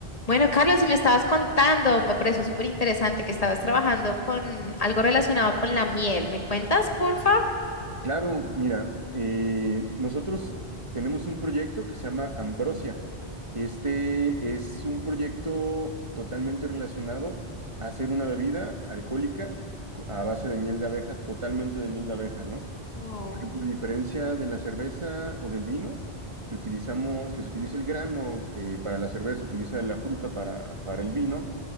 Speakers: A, on the left (about 35°); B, on the right (about 30°).
A: Bueno, Carlos, si me estabas contando, me pareció súper interesante que estabas trabajando con algo relacionado con la miel. ¿Me cuentas, porfa?
B: Claro, mira, eh, nosotros tenemos un proyecto que se llama Ambrosia. Este es un proyecto totalmente relacionado a hacer una bebida alcohólica co- a base de miel de abeja, totalmente de miel de abeja, ¿no?
A: Oh,
B: Por ejemplo, a diferencia de la cerveza o del vino, que utilizamos, que se utiliza el grano eh, para la cerveza, se utiliza la fruta para, para el vino,